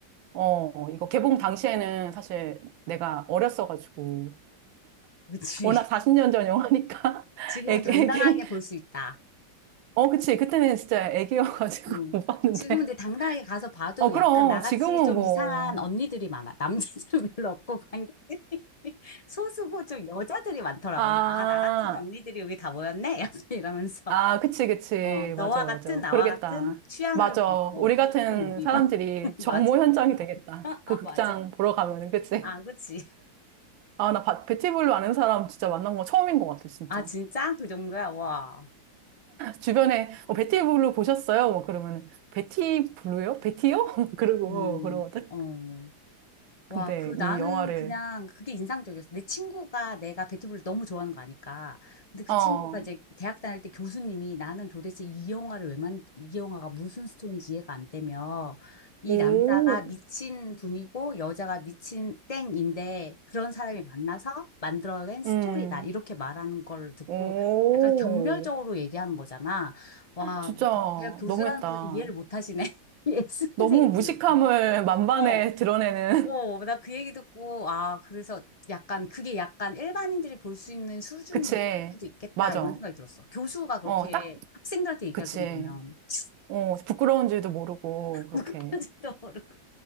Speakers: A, on the right; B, on the left.
A: 어, 이거 개봉 당시에는 사실 내가 어렸어가지고.
B: 그치.
A: 워낙 40년
B: <laughs>
A: 전 영화니까.
B: 지금은
A: <laughs> 애기,
B: 당당하게
A: 애기.
B: 볼 수 있다.
A: 어, 그치. 그때는 진짜 애기여가지고
B: 뭐
A: <laughs> 못 봤는데.
B: 지금은 근데 당당하게 가서 봐도
A: 어, 그럼.
B: 약간 나같이
A: 지금은
B: 좀
A: 뭐.
B: 이상한 언니들이 많아. 남자들은 <laughs> 별로 없고 관객들이 <laughs> 소수고 좀 여자들이 많더라고.
A: 아,
B: 그래서 아, 나 같은 언니들이 여기 다 모였네? <laughs> 약간 이러면서
A: 아, 그치, 그치.
B: 어, 너와
A: 맞아, 맞아.
B: 같은 나와
A: 그러겠다.
B: 같은 취향을
A: 맞아.
B: 어,
A: 우리
B: 보는
A: 같은
B: 우리.
A: 사람들이
B: <laughs> 어,
A: 정모
B: 맞아.
A: 현장이 되겠다.
B: <laughs>
A: 그 극장
B: 맞아.
A: 보러 가면은, 그치?
B: 아, 그치.
A: 아, 나 바- 베티블루 아는 사람 진짜 만난 거 처음인 것 같아, 진짜.
B: 아, 진짜? 그 정도야? 와.
A: 주변에, 어, 베티블루 보셨어요? 뭐 그러면은, 베티블루요? 베티요? <laughs> 그러고,
B: 음,
A: 그러거든.
B: 어. 와,
A: 근데
B: 그 나는
A: 이 영화를,
B: 그냥 그게 인상적이었어. 내 친구가 내가 배티브를 너무 좋아하는 거 아니까. 근데 그
A: 어,
B: 친구가 이제 대학 다닐 때 교수님이 나는 도대체 이 영화를 왜 만, 이 영화가 무슨 스토리인지 이해가 안 되며 이
A: 오,
B: 남자가 미친 분이고 여자가 미친 땡인데 그런 사람이 만나서 만들어낸 스토리다.
A: 음,
B: 이렇게 말하는 걸 듣고
A: 오,
B: 약간 경멸적으로 얘기하는 거잖아. 와,
A: 진짜
B: 그 겨- 그냥 교수라는
A: 너무했다.
B: 분이 이해를 못 하시네. <laughs> 예술의
A: 너무
B: 세계를
A: 무식함을
B: 이렇게.
A: 만반에
B: 어,
A: 드러내는,
B: 어, 나 그 얘기 듣고, 아, 그래서 약간, 그게 약간 일반인들이 볼 수 있는 수준일
A: <laughs> 그치,
B: 수도 있겠다,
A: 맞아.
B: 이런 생각이 들었어. 교수가 그렇게
A: 어, 딱,
B: 학생들한테 얘기할
A: 그치.
B: 정도면, <laughs>
A: 어, 부끄러운지도 모르고, 그렇게.
B: 무구까지도 모르고.